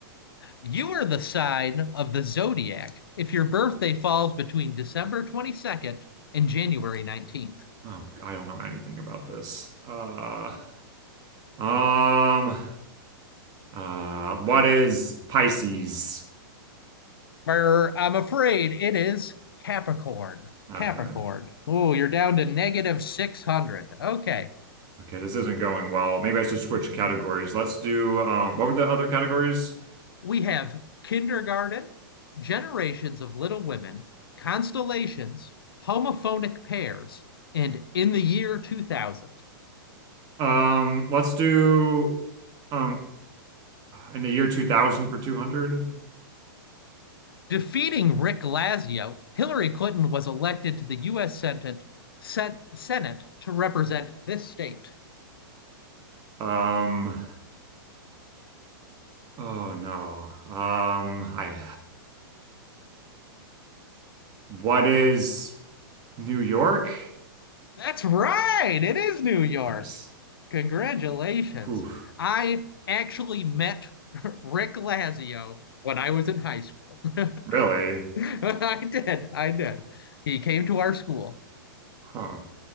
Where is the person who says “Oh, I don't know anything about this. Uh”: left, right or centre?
Right